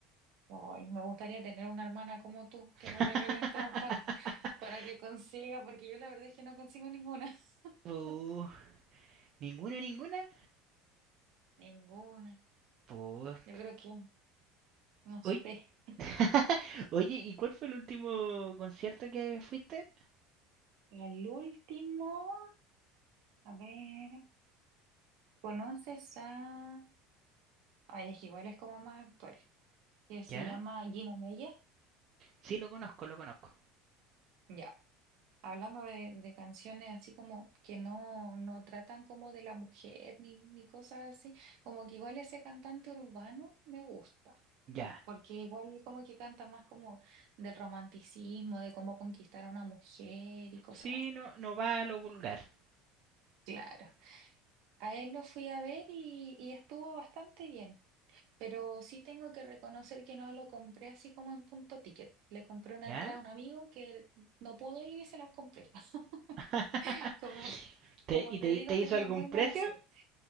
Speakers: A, on the right; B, on the right.
A: Ay, me gustaría tener una hermana como tú
B: <laughs>
A: que me regale un trampones <laughs> para que consiga, porque yo la verdad es que no consigo ninguna. <laughs>
B: Pues, ninguna, ninguna.
A: Ninguna.
B: Pues,
A: Yo creo que, no
B: oye.
A: sé.
B: <laughs> Oye, ¿y cuál fue el último concierto que fuiste?
A: El último, a ver, ¿conoces a... Ay, es que igual es como más actual, que se
B: ¿Ya?
A: llama Gino Mella.
B: Sí, lo conozco, lo conozco.
A: Ya, hablamos de, de canciones así como que no, no tratan como de la mujer ni, ni cosas así, como que igual ese cantante urbano me gusta.
B: Ya.
A: porque igual como que canta más como del romanticismo, de cómo conquistar a una mujer y cosas
B: Sí,
A: así.
B: no, no va a lo vulgar.
A: Claro. A él lo fui a ver y, y estuvo bastante bien, pero sí tengo que reconocer que no lo compré así como en punto ticket. Le compré una
B: ¿Ya?
A: entrada a un amigo que no pudo ir y se las compré. <laughs>
B: <laughs>
A: Como,
B: ¿Te,
A: como
B: ¿Y
A: te
B: te,
A: digo,
B: te hizo
A: tengo
B: algún
A: muy
B: precio?
A: mala suerte.